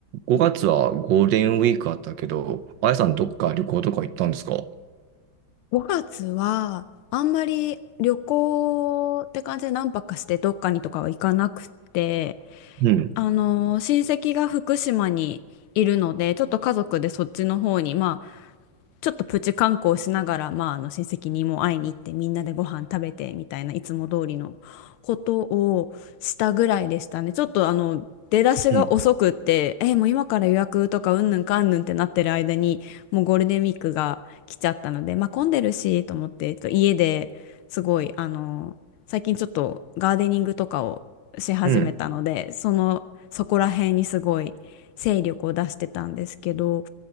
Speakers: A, on the right; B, on the left.
A: 5月はゴールデンウィークあったけど、あやさんどっか旅行とか行ったんですか
B: 5月はあんまり旅行って感じで何泊かしてどっかにとかは行かなくて、
A: うん、
B: あの親戚が福島にいるのでちょっと家族でそっちの方に、まちょっとプチ観光しながら、まあ、あの親戚にも会いに行ってみんなでご飯食べてみたいないつも通りのことをしたぐらいでしたね。ちょっとあの出だしが遅くってえもう今から予約とかうんぬんかんぬんってなってる間にもうゴールデンウィークが来ちゃったので、
A: うん、
B: まあ、混んでるしと思ってえっと家ですごいあの最近ちょっとガーデニングとかをし始めたのでそのそこら辺にすごい精力を出してたんですけど。
A: うん。